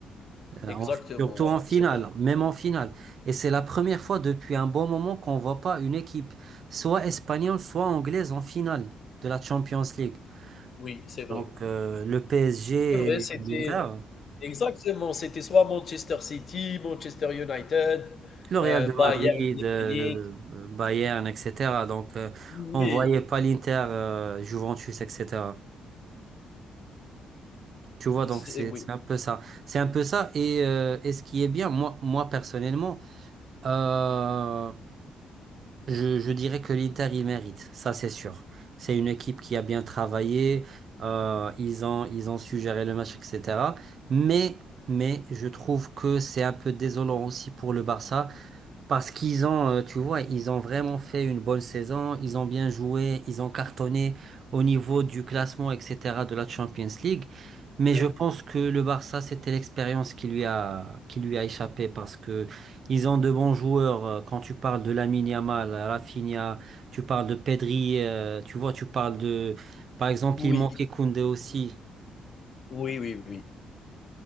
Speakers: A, on the right; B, on the left.
A: Euh,
B: exactement,
A: en- surtout
B: ouais,
A: en finale,
B: c'est vrai.
A: même en finale. Et c'est la première fois depuis un bon moment qu'on voit pas une équipe, soit espagnole, soit anglaise, en finale de la Champions League.
B: Oui, c'est vrai.
A: Donc euh, le PSG
B: C'est vrai,
A: et
B: c'était
A: l'Inter,
B: exactement, c'était soit Manchester City, Manchester United,
A: le Real
B: euh,
A: de
B: Bayern
A: Madrid,
B: de
A: euh,
B: Munich.
A: le euh, Bayern, etc. Donc euh,
B: Oui,
A: on voyait pas l'Inter, euh, Juventus, etc. Tu vois, donc
B: c'est-
A: c'est
B: oui,
A: c'est un peu ça. C'est un peu ça. Et, euh, et ce qui est bien, moi, moi personnellement, euh, Je, je dirais que l'Inter, il mérite, ça c'est sûr. C'est une équipe qui a bien travaillé, euh, ils ont, ils ont su gérer le match, etc. Mais, mais je trouve que c'est un peu désolant aussi pour le Barça. Parce qu'ils ont, euh, tu vois, ils ont vraiment fait une bonne saison, ils ont bien joué, ils ont cartonné au niveau du classement, etc., de la Champions League. Mais
B: Le-
A: je pense que le Barça, c'était l'expérience qui lui a, qui lui a échappé parce que ils ont de bons joueurs. euh, Quand tu parles de Lamine Yamal, Rafinha, tu parles de Pedri, euh, tu vois, tu parles de, par exemple,
B: oui,
A: il manquait Koundé aussi.
B: oui, oui, oui.